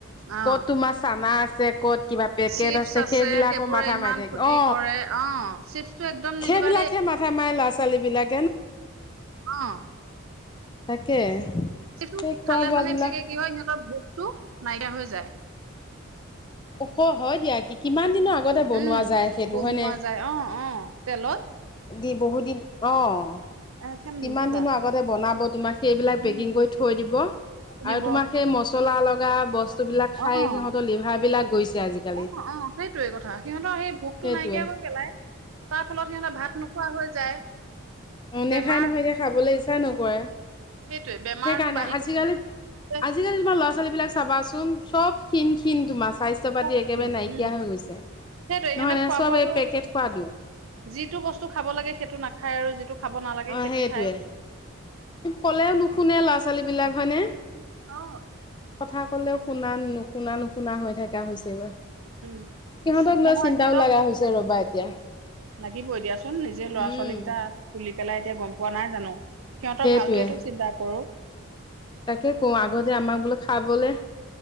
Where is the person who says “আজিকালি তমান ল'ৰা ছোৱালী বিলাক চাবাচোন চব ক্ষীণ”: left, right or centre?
Left